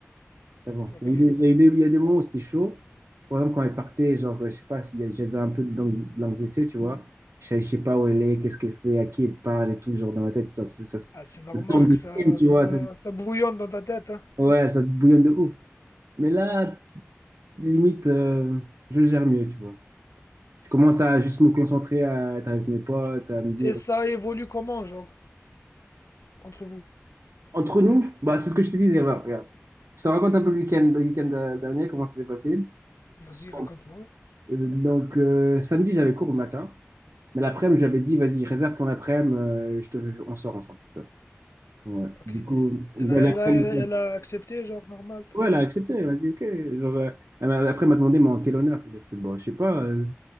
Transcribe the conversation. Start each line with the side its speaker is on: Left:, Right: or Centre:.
Right: qu'avant.
Left: Ok.
Right: Il y a eu des, il y a eu des- il y a des moments où c'était chaud. Par exemple, quand elle partait, genre, euh, je sais pas, s'il y a- j'avais un peu d'anxi- de l'anxiété, tu vois. Je savais- je sais pas où elle est, qu'est-ce qu'elle fait, à qui elle parle et tout, genre, dans la tête, ça, ça, ça, ça
Left: Ah, c'est normal
Right: tourne des
Left: que ça,
Right: films, tu
Left: ça,
Right: vois.
Left: ça bouillonne dans ta tête, hein.
Right: Ouais, ça te bouillonne de ouf. Mais là, limite, euh, je le gère mieux, tu vois. Je commence à juste me concentrer, à être avec mes potes, à me dire.
Left: Et ça évolue comment, genre, entre vous?
Right: Entre nous, bah, c'est ce que je te disais, voilà, regarde. Je te raconte un peu le week-end, le week-end euh, dernier, comment ça s'est passé.
Left: Vas-y,
Right: Bon.
Left: raconte-moi.
Right: Euh, donc, euh, samedi, j'avais cours le matin, mais l'après-midi, j'avais dit, vas-y, réserve ton après-midi, euh, je te, on sort ensemble, tu vois. Ouais.
Left: Ok,
Right: Du coup,
Left: t'es- elle
Right: ben,
Left: a,
Right: l'après-midi,
Left: elle a- elle a- elle a accepté, genre, normal.
Right: ouais, elle a accepté, elle m'a dit, ok. Genre, euh, elle m'a- après, elle m'a demandé, mais en quel honneur? J'ai fait, bon, je sais pas. euh,